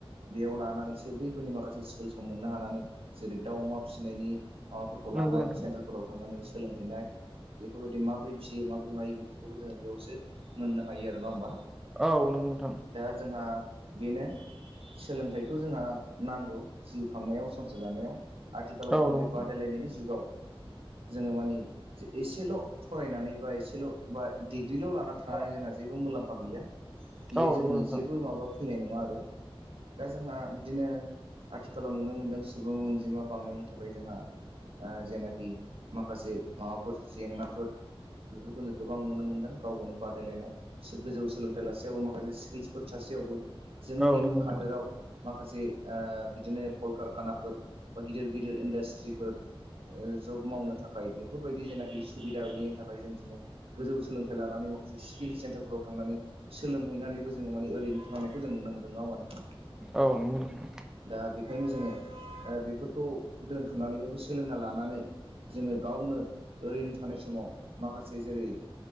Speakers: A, on the right; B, in the centre.
A: बेयाव लानानैसो बैफोरनि माखासे स्किलसखौ मोननो हानानै जेरै दाउ अमा फिसिनायनि माबाफोरखौ लानाय
B: नंगौ नोंथां
A: सेन्टार फोराव थांनानै सोलोंहैनाय बेफोरबायदि माबोरै फियो माबोरै मायो बेफोरखौबो जोङो बेयावसो मोननो हायो आरो नङा होमबा।
B: औ नंगौ नोंथां
A: दा जोंहा बेनो सोलोंथाइखौ जोंहा नांगौ जिउ खांनायाव संसार जानायाव आथिखालाव जोङो
B: औ
A: बे
B: नंगौ
A: बादायलायनायनि जुगाव जोङो मानि एसेल' फरायनानै बा एसेल' बा डिग्रिल' लाना
B: नोंथां।
A: थानानै जोंहा जेबो मुलाम्फा गैया बेयो
B: औ
A: जोंनि
B: नंगौ नोंथां
A: जेबो माबा फैनाय नङा आरो। दा जोंहा बिदिनो आथिखालाव नुनो मोनदों सुबुं अनजिमा बांनायनि थाखाय जोंहा जेनाखि माखासे माबाफोर जेंनाफोर बेफोरखौ जों गोबां नुनो मोनदों गाव गावनो बादायलायनाय गोजौ सोलोंथाइ लासेयावबो माखासे स्किल्स फोर थासेयावबो जोंनि
B: औ नंगौ
A: हादोराव
B: नोंथां
A: माखासे बिदिनो कलकारखानाफोर बा गिदिर गिदिर इडास्ट्रिफोर ओ जब मावनो थाखाय बेफोरबायदि जेनाखि सुबिदा गैयिनि थाखाय जों दिनै गोजौ सोलोंथाइ लानानै माखासे स्किल सेन्टारफोराव थांनानै सोलोंहैनानैबो जोङो माने ओरैनो थानांनाय खौ जों नुनो मोनदों नङा होमबा नोंथां?
B: औ नंगौ नोंथां।
A: दा बेखायनो जोङो बेफोरखौ दोनथ'नानैबाबो सोलोंना लानानै जोङो गावनो ओरैनो थानाय समाव माखासे जेरै